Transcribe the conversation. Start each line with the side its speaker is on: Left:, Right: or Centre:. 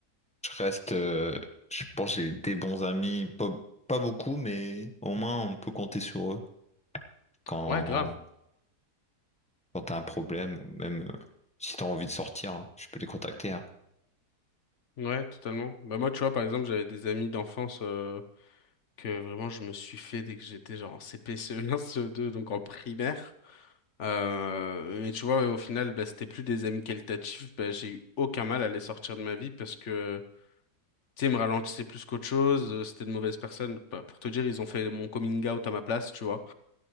Centre: Je reste, euh, je pense que j'ai des bons amis, pas, pas beaucoup, mais au moins on peut compter sur eux quand,
Left: Ouais, grave.
Centre: quand t'as un problème ou même euh, si t'as envie de sortir, hein, je peux les contacter. hein.
Left: Ouais, totalement. Bah moi, tu vois, par exemple, j'avais des amis d'enfance euh, que vraiment je me suis fait dès que j'étais genre en CP, CE1, CE2, donc en primaire. Euh, mais tu vois, au final, bah, c'était plus des amis qualitatifs. Bah, j'ai eu aucun mal à les sortir de ma vie parce que, tu sais, ils me ralentissaient plus qu'autre chose. euh, C'était de mauvaises personnes. Bah, pour te dire, ils ont fait mon coming out à ma place, tu vois.